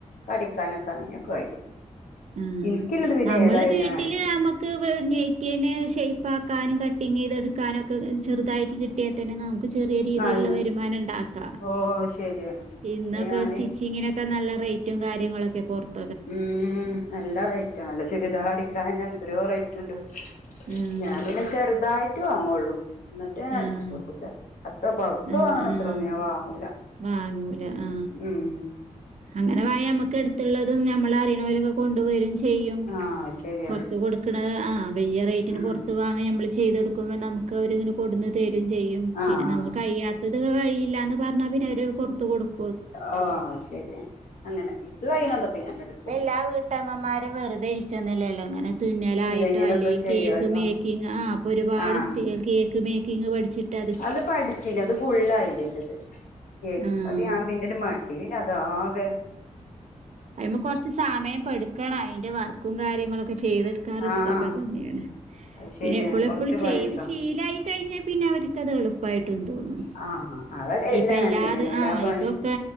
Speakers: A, on the left (about 80°); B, on the right (about 60°).
A: അടിക്കാനൊക്കെ അങ്ങ കഴിയും
B: മം
A: എനിക്കില്ലത് പിന്നെ
B: ആ നമ്മള്
A: ഏതായാലും
B: വീട്ടില്
A: ഞാൻ അടിക്കും
B: നമ്മുക്ക് <unintelligible> ഷെയ്പ്പ് പ്പാക്കാനും കട്ടിങ് ചെയ്തെടുക്കാനൊക്കെ ചെറുതായിട്ട് കിട്ടിയാൽ തന്നെ നമുക്ക് ചെറിയ രീതിയിലുള്ള
A: നല്ല
B: വരുമാനം ഒണ്ടാക്ക
A: ഓഹ് ശരിയാണ്
B: ഇന്നൊക്കെ
A: അപ്പൊ ഞാന്
B: സ്റ്റിച്ചിങ്ങിന് ഒക്കെ നല്ല റേറ്റും കാര്യങ്ങളൊക്കെ പുറത്ത്
A: ഉം നല്ല റേറ്റാണല്ലേ ചുരിദാറ് അടിക്കാ എന്തോരോ റേറ്റ് ഉണ്ട്
B: ഉം
A: ഞാപിന്നെ ചെറുതായിട്ട് വാങ്ങുള്ളൂ എന്നിട്ട് ഞാൻ അടിച്ചു
B: ആഹ്
A: കൊടുക്കുച്ചേ അത്ര പുറത്ത്
B: ആഹ്
A: വാങ്ങണ അത്രെന്നും
B: ആഹ്
A: ഞാൻ വാങ്ങൂല
B: വാങ്ങൂല ആ
A: ഉം
B: അങ്ങനെ വാങ്ങി യ നമ്മക്ക് അടുത്തുള്ളതും നമ മ്മള അറിനോലൊക്കെ കൊണ്ടുവരും ചെയ്യും
A: ആഹ് ശരിയാണ്
B: പുറത്ത് കൊടുക്കണ ആ വലിയ റേറ്റിന്
A: ഉം
B: പുറത്ത് വാങ്ങ നമ്മള് ചെയ്ത് കൊടുക്കുമ്പ നമുക്ക് ഒക്കെ അവരിങ്ങനെ കൊടുന്നു തരും ചെയ്യും
A: ആഹ്
B: പിന്നെ നമ്മുക്ക് കഴിയാത്തതൊക്കെ <unintelligible> ഇല്ലാന്ന് പറഞ്ഞാ പിന്നെ അവര് പുറത്ത് കൊടുക്കും
A: ആ ശരിയാണ് അങ്ങനെ എനിക്ക് കഴിയണെന്തൊക്കെ ഞാൻ എടു
B: എല്ലാ വീട്ടമ്മമാരും വെറുതെരിക്കുന്നില്ലല്ലോ അങ്ങനെ തുന്നലായിട്ടോ
A: എന്തെങ്കിലുമൊക്കെ
B: അല്ലെ
A: ചെയ്യാലോ
B: കേക്ക് മേക്കിങ് ആ അപ്പൊ ഒരുപാട്
A: ആഹ്
B: സ്ത്രീകൾ കേക്ക് മേക്കിങ് പഠിച്ചിട്ട്
A: അത് പഠിച്ചീന് അത് ഫുള്ളായില്ലാന്റിത് കേക്ക്
B: ആഹ്
A: അത് ഞാൻ പിന്നീട് മ പിന്ന അത് ആകെ
B: അയിമ്മ കൊറച്ച് സമയം പടുക്കണം അതിന്റെ വർക്കും കാര്യങ്ങളൊക്കെ ഒക്കെ ചെയ്തെടുക്കാ റിസ്ക്കൊക്കെ
A: ആഹ്
B: തന്നെയാണ്
A: അത് ശരിയാണ്
B: പിന്നെ എപ്പഴും
A: കൊറച്ച്
B: എപ്പഴും
A: പണിയെടുക്കണം
B: ചെയ്ത് ശീലായി കഴിഞ്ഞാൽ പിന്നെ അവരിക്കത് എളുപ്പായിട്ടും തോന്നും
A: ആഹ് അതൊക്കെ എല്ലാം
B: ഇപ്പൊ എല്ലാതും
A: അങ്ങനെ തന്നെയല്ലേ എല്ലാ
B: ആ
A: പണി
B: ഇപ്പൊക്കെ